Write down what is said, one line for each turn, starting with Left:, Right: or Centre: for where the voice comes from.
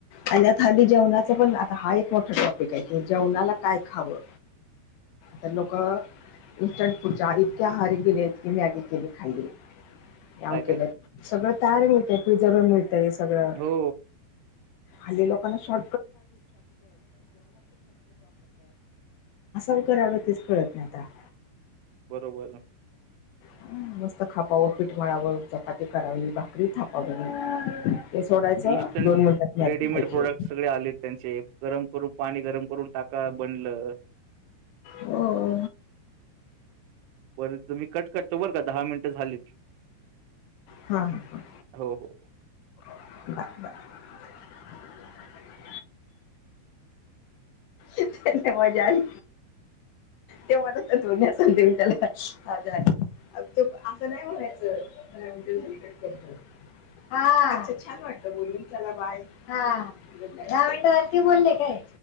Left: आणि आता हल्ली जेवणाच पण आता हा एक मोठा टॉपिक आहे की जेवणाला काय खावं त्या लोक इंस्टंट पुढच्या इतक्या हाहारी गेले इतक मॅगी केली खायले या
Right: काय काय?
Left: केलं सगळं तयार मिळतय प्रिझव मिळतय सगळं
Right: हो
Left: <inaudible> असं व करा आव तेच कळत नाही आता <inaudible>
Right: बरोबर
Left: ह मस्त खापावं पीठ मळावं चपाती करावी भाकरी थापावी ते सोडायचं
Right: इन्स्टंट
Left: दोन मिनिटात मॅगी
Right: रेडीमेड
Left: खायची.
Right: प्रोडक्ट सगळे आले त्यांचे गरम करून पाणी गरम करून टाका बनलं
Left: हो हो
Right: बर तुम्ही कट करतो बरं का दहा मिनटं झालीत...
Left: हा हा..
Right: हो हो
Left: <inaudible> त्यांना मजा आली... तेव्हा दोन्या सांते म त्याला आजार... त असं नाही म्हणायचं करत... हा छान वाटत बोलुन त्याला बा ह दहा मिनट ते बोलले काय...